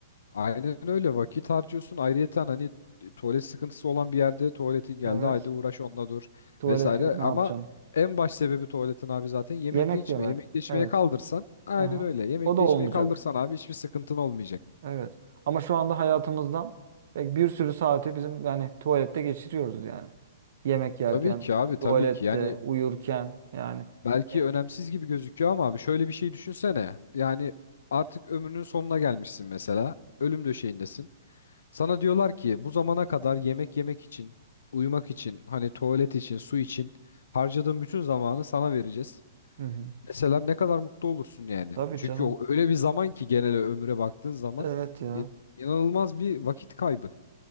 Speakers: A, on the left; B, on the right.
A: Aynen öyle vakit harcıyorsun. Ayrıyeten hani tuvalet sıkıntısı olan bir yerde tuvaleti geldi.
B: Evet.
A: Haydi uğraş onunla dur
B: Tuvalet
A: vesaire.
B: yok ne
A: Ama
B: yapacağım?
A: en baş sebebi tuvaletin abi zaten yemekli
B: Yemek
A: içme.
B: yemek.
A: Yemekli içmeye
B: Evet.
A: kaldırsan aynen
B: Aha.
A: öyle. Yemekli
B: O da olmayacak.
A: içmeye kaldırsan abi hiçbir sıkıntın olmayacak.
B: Evet. Ama şu anda hayatımızdan pek bir sürü saati bizim yani tuvalette geçiriyoruz yani. Yemek yerken,
A: Tabii ki abi tabii
B: tuvalette,
A: ki. Yani
B: uyurken yani.
A: belki
B: Evet.
A: önemsiz gibi gözüküyor ama abi şöyle bir şey düşünsene. Yani artık ömrünün sonuna gelmişsin mesela. Ölüm döşeğindesin. Sana diyorlar ki bu zamana kadar yemek yemek için, uyumak için, hani tuvalet için, su için harcadığın bütün zamanı sana vereceğiz.
B: Hı hı.
A: Mesela ne kadar mutlu olursun yani.
B: Tabii
A: Çünkü
B: canım.
A: o öyle bir zaman ki genel ömre baktığın zaman
B: Evet ya.
A: in- inanılmaz bir vakit kaybı.